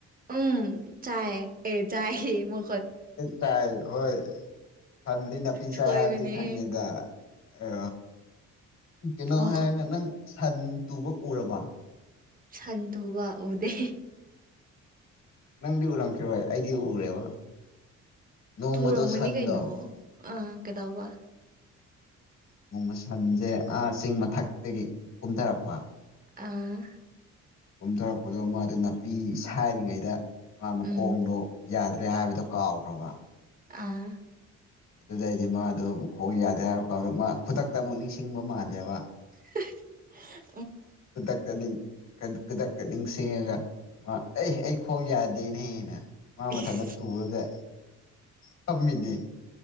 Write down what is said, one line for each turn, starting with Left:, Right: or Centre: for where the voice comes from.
Right: ꯎꯝ ꯆꯥꯏ ꯑꯦ ꯆꯥꯏ ꯍ ꯃ
Left: ꯆꯥꯏ ꯍꯣꯏ ꯐꯗꯤ ꯅꯄꯤ
Right: ꯁꯣꯏꯕꯅꯦ
Left: ꯆꯥꯏ ꯍꯥꯏꯕꯗꯤ ꯈꯪꯉꯦꯗ
Right: ꯑꯦ
Left: ꯑ ꯀꯩꯅꯣ
Right: ꯃꯈꯣꯟ
Left: ꯍꯥꯏꯔꯒ ꯅꯪ ꯁꯟ ꯇꯨꯕ ꯎꯔꯕ
Right: ꯁꯟꯗꯨ ꯋꯥ ꯎꯗꯦ
Left: ꯅꯪꯗꯤ ꯎꯔꯝꯈꯤꯔꯣꯏ ꯑꯩꯗꯤ ꯎꯔꯦꯕ ꯅꯣꯡꯃꯗꯣ
Right: ꯇꯨꯔꯝꯃꯅꯤ
Left: ꯁꯟꯗꯣ
Right: ꯀꯩꯅꯣ ꯑꯥ ꯀꯩꯗꯧꯕ
Left: ꯅꯣꯡ ꯃꯁꯟꯁꯦ ꯑ ꯆꯤꯡ ꯃꯊꯛꯇꯒꯤ ꯀꯨꯝꯊꯔꯛꯄ
Right: ꯑꯥ
Left: ꯀꯨꯝꯊꯔꯛꯄꯗꯣ ꯃꯥꯗꯨ ꯅꯥꯄꯤ ꯁꯔꯤꯉꯩꯗ ꯃꯥ ꯃꯈꯣꯡꯗꯣ
Right: ꯎꯝ
Left: ꯌꯥꯗ ꯑꯗꯨ꯭ꯔꯦ ꯍꯥꯏꯕꯗꯣ ꯀꯥꯎꯈ꯭ꯔꯕ
Right: ꯑꯥ
Left: ꯑꯗꯨꯗꯩꯗꯤ ꯃꯥꯗꯣ ꯈꯣꯡ ꯌꯥꯗꯦ ꯍꯥꯏꯕꯀꯥꯎꯗ ꯃꯥ ꯈꯨꯗꯛꯇ ꯑꯃꯨꯛ ꯅꯤꯡꯁꯤꯡꯕ ꯃꯥꯜꯂꯦꯕ
Right: <inaudible>
Left: ꯆꯗꯥꯛꯇꯥꯅꯤ ꯈꯨꯗꯛꯇ ꯅꯤꯡꯁꯤꯡꯉꯒ ꯃꯥ ꯑꯩ ꯑꯩ ꯈꯣꯡ ꯌꯥꯗꯦꯅꯦꯦꯅ ꯃꯥꯡ
Right: ꯏꯁ
Left: ꯃꯊꯟꯇ ꯇꯨꯔꯒ ꯊꯝꯃꯤꯅꯤ